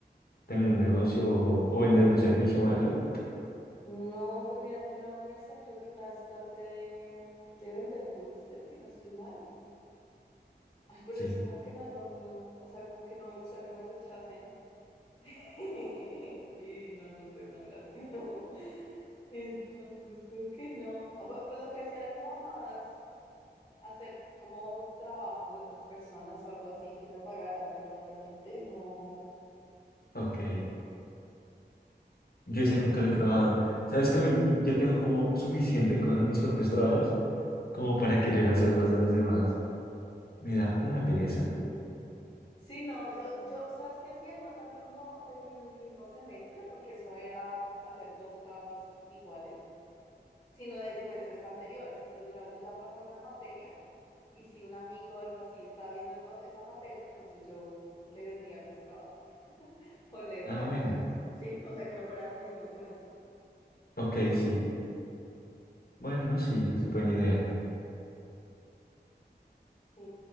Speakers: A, on the left; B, on the left.
A: tener un negocio o, o vender un servicio o algo?
B: No, pues mira que en la universidad creo que una vez traté de, de vender dulces, si no estoy mal. Ay, pero
A: Sí,
B: eso como que no es lo mío. O sea, como que no me gusta que me rechacen. <laughs> Y no, no sé, no era lo mío. <laughs> Entonces, como que no. Ah, bu- Pues lo que hacía era como más hacer como trabajos de otras personas o algo así que me pagaran, pero realmente no.
A: ok. Yo ese nunca lo he probado. Sabes que a mí yo tengo como suficiente con mis propios trabajos como para querer hacer los de los demás. Me da una pereza.
B: Sí. Sí, no, yo, yo, ¿sabes qué hacía? No tanto como de mi mismo semestre, porque eso era hacer dos trabajos iguales, sino de semestres anteriores. Entonces, digamos, yo ya pasaba una materia. Y si un amigo o algo así estaba viendo to- esa materia, entonces yo le vendía mis trabajos <laughs> o le,
A: Ah,
B: le hacía
A: bueno.
B: eso, ¿sí? O sea, que no fuera mi mismo semestre.
A: Ok, sí. Bueno, sí, es buena idea.
B: Sí.